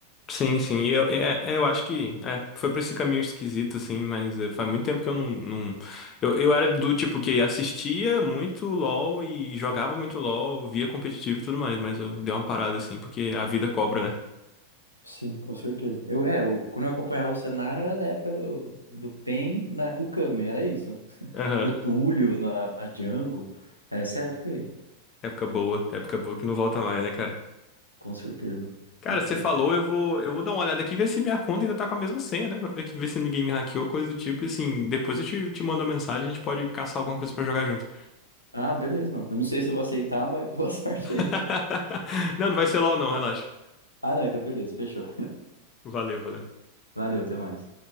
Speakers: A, on the left; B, on the left.
A: Sim, sim. E Eu, é, é, eu acho que é, foi pra esse caminho esquisito, assim, mas é, faz muito tempo que eu não, não... Eu, eu era do tipo que assistia muito LOL e jogava muito LOL, via competitivo e tudo mais, mas eu dei uma parada, assim, porque a vida cobra, né?
B: Sim, com certeza. Eu, é, eu, quando eu acompanhava o cenário, era da época do, do Pen na Kukami, era isso.
A: Aham.
B: O Túlio na, na Jungle, era essa época aí,
A: Época boa, época boa que não volta mais, né, cara?
B: com certeza.
A: Cara,
B: Muito
A: você
B: boa.
A: falou, eu vou, eu vou dar uma olhada aqui e ver se minha conta ainda tá com a mesma senha, né? Pra ver, que- ver se ninguém me hackeou, coisa do tipo. E assim, depois eu te, te mando uma mensagem, a gente pode caçar alguma coisa pra jogar junto.
B: Ah, beleza, mano. Eu não sei se eu vou aceitar, mas boa <laughs> sorte
A: <laughs>
B: aí.
A: Não, não vai ser LOL, não, relaxa.
B: Ah, não, então beleza, fechou.
A: Valeu, valeu.
B: Valeu, até mais.